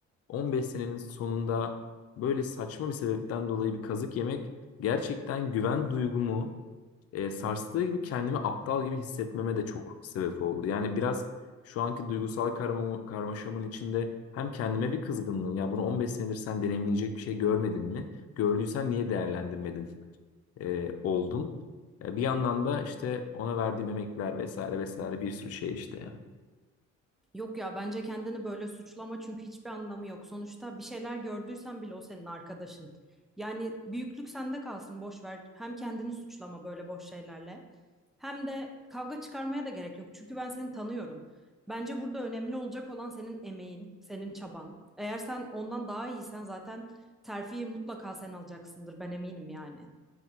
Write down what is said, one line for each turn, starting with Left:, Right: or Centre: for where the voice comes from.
Left: 15 senenin sonunda böyle saçma bir sebepten dolayı bir kazık yemek gerçekten güven duygumu e, sarstığı gibi kendimi aptal gibi hissetmeme de çok sebep oldu. Yani biraz şu anki duygusal karma, karmaşamın içinde hem kendime bir kızgınlığım ya bunu 15 senedir sen deneyimleyecek bir şey görmedin mi? Gördüysen niye değerlendirmedin e, oldum. E, bir yandan da işte ona verdiğim emekler vesaire vesaire bir sürü şey işte ya.
Centre: Yok ya bence kendini böyle suçlama çünkü hiçbir anlamı yok. Sonuçta bir şeyler gördüysen bile o senin arkadaşın. Yani büyüklük sende kalsın boş ver. Hem kendini suçlama böyle boş şeylerle. Hem de kavga çıkarmaya da gerek yok. Çünkü ben seni tanıyorum. Bence burada önemli olacak olan senin emeğin, senin çaban. Eğer sen ondan daha iyisen zaten terfiyi mutlaka sen alacaksındır. Ben eminim yani.